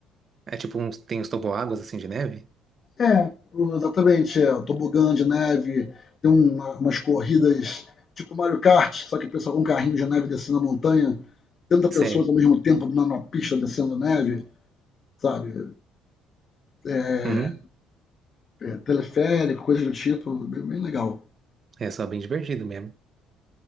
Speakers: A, on the right; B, on the left.
A: É tipo uns. Tem uns toboáguas assim de neve?
B: É, o- exatamente, é, o tobogã de neve, tem uma- umas corridas tipo Mario Kart, só que o pessoal com um carrinho de neve descendo a montanha, 30 pessoas
A: Sei.
B: ao mesmo tempo na, na pista descendo a neve, sabe? É,
A: Uhum.
B: é, teleférico, coisa do tipo, bem, bem legal.
A: É só bem divertido mesmo.